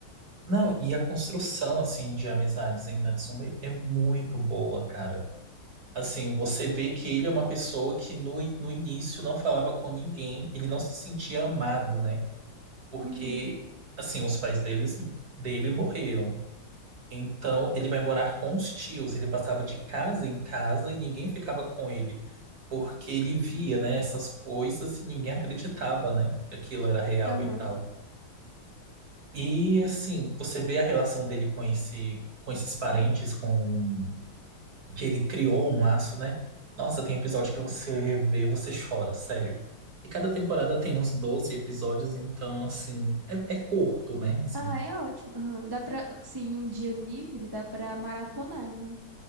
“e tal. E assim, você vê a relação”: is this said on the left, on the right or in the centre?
Right